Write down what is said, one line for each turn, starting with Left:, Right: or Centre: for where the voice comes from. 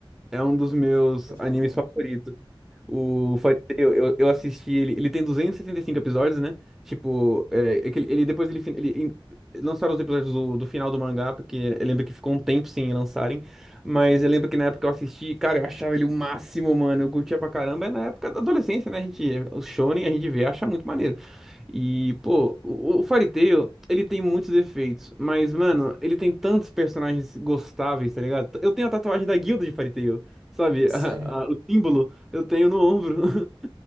Centre: é um dos
Right: Mas
Centre: meus
Right: meus amigos gostavam
Centre: animes
Right: muito.
Centre: favoritos. O Fariseu, eu, eu assisti ele. Ele tem duzentos e e setenta e cinco episódios, né? Tipo, é, é que ele, ele- depois ele, fin- ele in- lançaram os episódios do, do final do mangá, porque eu lembro que ficou um tempo sem lançarem. Mas eu lembro que na época eu assisti, cara, eu achava ele o máximo, mano. Eu curtia pra caramba. É na época da adolescência, né? A gente, o Shonen a gente vê, acha muito maneiro. E, pô, o, o Fairy Tail, ele tem muitos defeitos, mas, mano, ele tem tantos personagens gostáveis, tá ligado? Eu tenho a tatuagem da guilda de Fairy Tail, sabe?
Right: Sério?
Centre: <laughs> A- a- o símbolo. Eu tenho no ombro. <laughs>